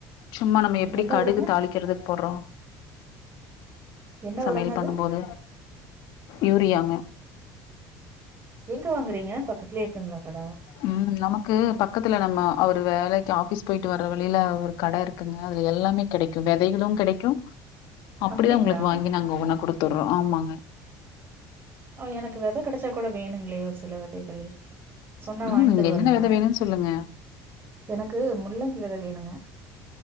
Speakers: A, on the left (about 70°); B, on the right (about 30°).
A: சும்ம நம்ம
B: ம்
A: எப்படி
B: என்ன
A: கடுகு
B: உரங்க
A: தாளிக்கறதுக் போடுறோ
B: என்ன
A: சமையல்
B: உரங்க
A: பண்ணும்போது
B: அது
A: யூரியாங்க
B: அது எங்க வாங்கறீங்கா பக்கத்துலே இருக்குங்களா கட
A: ம் நமக்கு பக்கத்துல நம்ம அவரு வேலைக்கு ஆஃபீஸ் போயிட்டு வர்ற வழில ஒரு கட இருக் குங்க அதுல எல்லமே கெடைக்கு வெதைகளு கெடைக்கு அப்படிதா
B: அப்டிங்களா
A: உங்களுக்கு வாங்கி நாங்க ஒவ்வென்னா குடுத்துடுரோ ஆமாங்க
B: ஆ எனக்கு வெத கெடச்சா கூட வேணுங்களே ஒரு சில வெதைகள் சொன்னா
A: ம்
B: வாங்கி தருவாருங்களா
A: என்னென்ன வெத வேணுன்னு சொல்லுங்க.
B: எனக்கு முள்ளங்கி வெத வேணுங்க